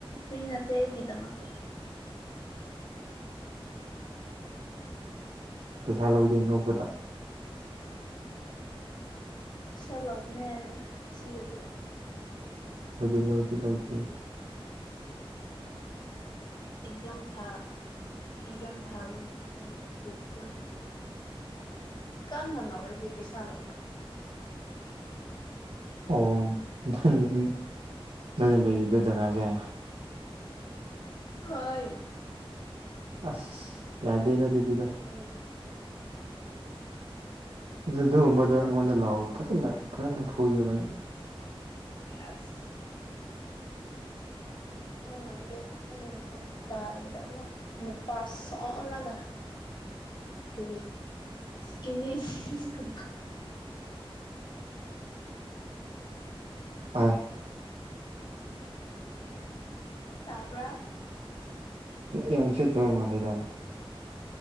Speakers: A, on the left; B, on the right.
A: ꯐ꯭ꯔꯤ ꯅꯠꯇ ꯑꯩꯒꯤꯗꯃꯛꯇꯤ
B: ꯄꯩꯁꯥ ꯂꯧꯗꯦ ꯉꯣꯛꯕꯗ
A: <unintelligible>
B: ꯂꯧꯗꯤ ꯂꯧꯗꯤ ꯂꯧꯗꯦ
A: ꯑꯦꯛꯖꯥꯝ ꯊꯥ ꯑꯦꯛꯖꯥꯝ ꯊꯥꯕ ꯃꯤ ꯑꯣꯏꯕꯒꯤꯀꯣ ꯀꯟꯅ ꯂꯥꯎꯔꯗꯤ ꯄꯩꯁꯥ ꯂꯧꯕ
B: ꯑꯣ ꯅ <unintelligible> ꯅꯣꯢꯅ ꯂꯩꯔꯤꯕ ꯖꯒꯖꯦ
A: ꯑꯣꯏ
B: ꯑꯁ ꯌꯥꯗꯦꯗ ꯑꯗꯨꯗꯤꯗ
A: ꯁꯤꯕꯅꯤꯅꯦ
B: ꯑꯗꯨꯒꯨꯝꯕꯗꯣ ꯑꯩꯉꯣꯟꯗ ꯂꯥꯛꯑꯣ ꯐꯖꯅ ꯐꯖꯅ ꯐꯨꯕ ꯑꯩꯅ
A: ꯑꯁ ꯃꯟꯗꯦ ꯅ ꯅꯪꯒꯤ ꯏꯡꯈꯣꯜ ꯇꯥꯔꯕꯗꯒ ꯅꯨꯄꯥ ꯁꯣꯛꯍꯜꯂꯒ
B: <unintelligible> <inaudible>
A: ꯀ ꯀꯅꯦ ꯆꯀꯝꯕ <unintelligible>
B: ꯍ
A: ꯇꯥꯕ꯭ꯔꯥ
B: ꯌꯁꯤꯠꯇ ꯃꯜꯂꯤꯗ